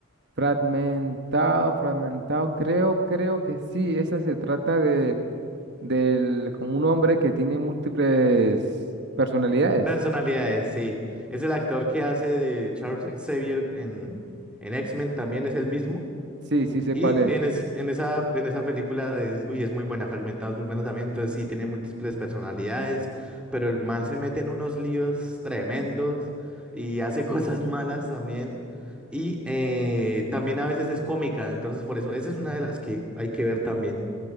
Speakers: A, on the right (about 55°); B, in the centre.
A: Fragmentado, fragmentado. Creo, creo que sí. Esa se trata de, del, como un hombre que tiene múltiples personalidades.
B: Personalidades, sí. Es el actor que hace de Charles Xavier en, en X-Men, también es el mismo.
A: Sí, sí sé
B: Y
A: cuál es.
B: en, es- en, esa, en esa película es, uy, es muy buena, fragmentado es muy bueno también, entonces sí, tiene múltiples personalidades, pero el man se mete en unos líos tremendos y hace <laughs> cosas malas también. Y eh, también a veces es cómica, entonces por eso, esa es una de las que hay que ver también.